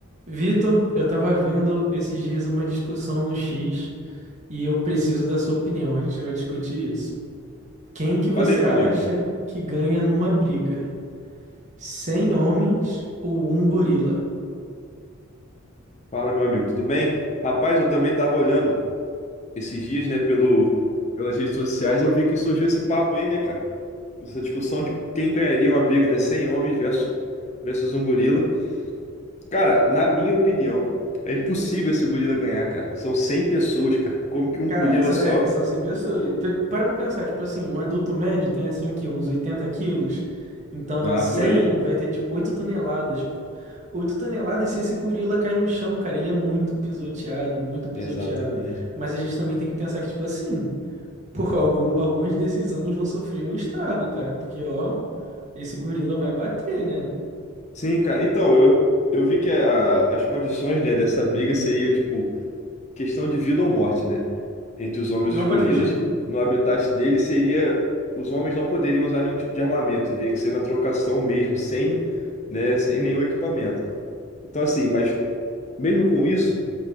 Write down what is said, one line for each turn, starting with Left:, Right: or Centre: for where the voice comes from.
Right: Vitor, eu tava vendo esses dias uma discussão no X e eu preciso da sua opinião. A gente vai discutir isso. Quem que você
Left: Olha aí, meu
Right: acha
Left: amigo.
Right: que ganha numa briga? 100 homens ou um gorila?
Left: Fala, meu amigo, tudo bem? Rapaz, eu também tava olhando esses dias, né, pelo, pelas redes sociais, eu vi que surgiu esse papo aí, né, cara? Essa discussão de quem ganharia uma briga, né? cem homens versus, versus um gorila. Cara, na minha opinião, é impossível esse gorila ganhar, cara. São 100 pessoas, cara. Como que um
Right: Cara,
Left: gorila
Right: é, são,
Left: só?
Right: é, são 100 pessoas. P- Para pra pensar, tipo assim, um adulto médio tem assim o quê? Uns 80 quilos. Então
Left: Ah,
Right: 100
Left: por aí.
Right: vai ter tipo 8 toneladas, pô. 8 toneladas, se esse gorila cai no chão, cara, ele é muito pisoteado, muito pisoteado.
Left: Exatamente.
Right: Mas a gente também tem que pensar que, tipo assim. Por algum, alguns desses homens vão sofrer um estrago, cara, porque ó, esse gorila vai bater, né?
Left: Sim, cara. Então, eu, eu vi que a- as condições, né, dessa briga seria, tipo, questão de vida ou morte, né? Entre os homens
Right: Não
Left: e os gorilas.
Right: pode fugir.
Left: No habitat dele seria. Os homens não poderiam usar nenhum tipo de armamento, teria que ser na trocação mesmo, sem, né, sem nenhum equipamento. Então, assim, mas mesmo com isso,